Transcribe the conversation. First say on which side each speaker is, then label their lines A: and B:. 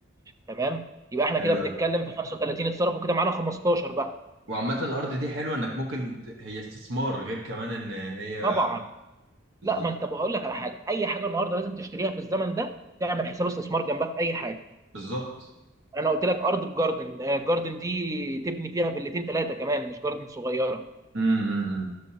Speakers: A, on the right; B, on the right.
A: تمام يبقى احنا
B: حلو
A: كده بنتكلم
B: قوي
A: في 35 اتصرفوا كده معانا 15 بقى
B: وعامه الارض دي حلوه انك ممكن ت... هي استثمار غير كمان ان هي
A: طبعا
B: بز-
A: لا ما انت بقول لك على حاجه اي حاجه النهارده لازم تشتريها في الزمن ده تعمل حساب استثمار جنبها في اي حاجه
B: بالظبط
A: انا قلت لك ارض بجاردن آه، جاردن دي تبني فيها فيلتين ثلاثه كمان مش جاردن صغيره
B: امم